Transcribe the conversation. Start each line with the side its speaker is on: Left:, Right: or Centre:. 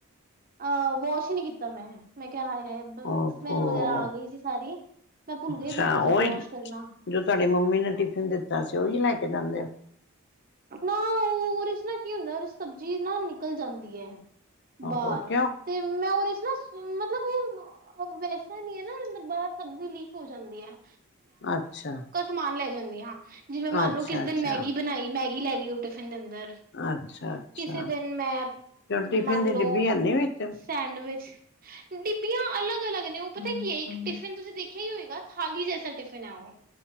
Right: ਅਹ ਵਾਸ਼ ਹੀ ਨਹੀਂ ਕੀਤਾ ਮੈਂ, ਮੈਂ ਕਿਹਾ ਆਏ ਹਾਏ,
Left: ਓਹੋ
Right: ਸਮੈਲ ਵਗੈਰਾ ਆ ਗਈ ਸੀ ਸਾਰੀ ਮੈਂ ਭੁੱਲ
Left: ਅੱਛਾ
Right: ਗਈ ਆਪਣਾ ਟਿਫਿਨ
Left: ਉਹੀ,
Right: ਵਾਸ਼ ਕਰਨਾ,
Left: ਜੋ ਤੁਹਾਡੀ ਮੰਮੀ ਨੇ ਟਿਫਿਨ ਦਿੱਤਾ ਸੀ, ਉਹੀ ਲੈ ਕੇ ਜਾਂਦੇ ਹੋ?
Right: ਨਾ, ਉਹਦੇ 'ਚ ਨਾ ਕੀ ਹੁੰਦਾ, ਸਬਜ਼ੀ ਨਾ ਨਿਕਲ ਜਾਂਦੀ ਹੈ।
Left: ਹੋ ਓਹੋ
Right: ਨਾਰ
Left: ਕਿਉਂ
Right: ਤੇ ਮੈਂ ਉਹਦੇ ਚ ਸੂ ਮੱਤਲਬ ਉਹ ਵੈਸਾ ਨੀਂ ਹੈ ਨਾ, ਏਧਰ ਬਾਹਰ ਸਬਜ਼ੀ ਲੀਕ ਹੋ ਜਾਂਦੀ ਐ।
Left: ਅੱਛਾ।
Right: ਸਮਾਨ ਲੈ ਜਾਂਦੀ ਹਾਂ, ਜਿਵੇਂ ਮੰਨ
Left: ਅੱਛਾ
Right: ਲਓ ਕਿਸੇ ਦਿਨ
Left: ਅੱਛਾ
Right: ਮੈਗੀ ਬਣਾਈ ਮੈਗੀ ਲੈ ਗਈ ਉਹ ਟਿਫਨ ਦੇ ਅੰ -ਦਰ
Left: ਅੱਛਾ ਅੱਛਾ
Right: ਕਿਸ਼ੇ ਦਿਨ ਮੈਂ
Left: ਕਿਉਂ ਟਿਫਿਨ
Right: ਮੰਨ
Left: ਦੀ
Right: ਲਓ।
Left: ਡਿੱਬੀ ਹੈਨੀ ਵਿੱਚ
Right: ਸੈਂਡਵਿਚ। ਡਿੱਬੀਆਂ ਅਲੱਗ-ਅਲੱਗ ਨੇ, ਉਹ ਪਤਾ ਕੀ ਏ ਇੱਕ ਟਿਫਿਨ ਤੁਸੀਂ ਦੇਖਿਆ ਈ ਹੋਏਗਾ ਥਾਲੀ ਜੈਸਾ ਟਿਫਿਨ ਐ ਉਹ।